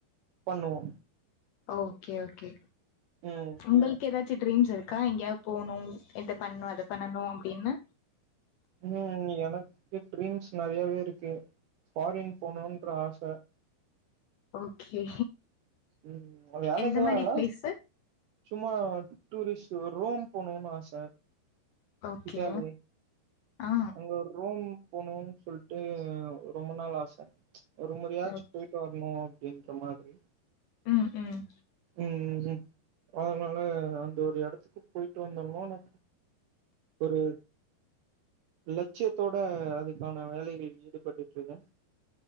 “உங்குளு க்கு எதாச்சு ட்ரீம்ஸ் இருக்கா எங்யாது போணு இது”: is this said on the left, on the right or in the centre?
Left